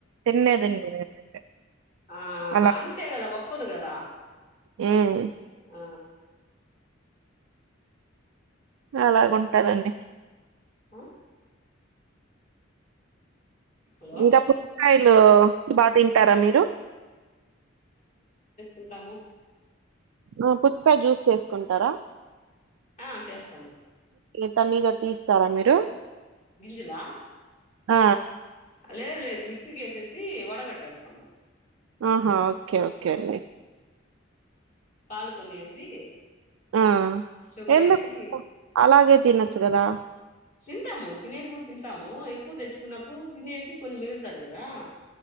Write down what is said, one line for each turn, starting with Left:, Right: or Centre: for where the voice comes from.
Right: తిన్నే తినను నేనైతే.
Left: ఆ
Right: అలా
Left: అంతే గదా ఒప్పుదు గదా
Right: హ్మ్.
Left: ఆ
Right: అలాగు ఉన్ పట్టదండి
Left: ఆ హలో
Right: ఇంకా పుట్ కాయలు బాగా తింటారా మీరు
Left: ఉంటాము
Right: ఆ పుచ్చకాయ జ్యూస్ చేసుకుంటారా
Left: ఆ చేస్తాను
Right: ఏ తనీగా తీస్తారా మీరు
Left: విజిల
Right: ఆ
Left: లేదు లేదు మిక్సీకి వేసేసి వడకట్టేస్తాము
Right: ఆహా ఓకే ఓకే అండి
Left: పాలు కొన్ని వేసి
Right: ఆ
Left: షుగర్
Right: ఎందుకు
Left: వేసి
Right: అలాగే తినొచ్చు కదా
Left: తింటాము తినేది కూడా తింటాము ఎక్కువ తెచ్చుకున్నప్పుడు తినేసి కొన్ని మిగులుతంది కదా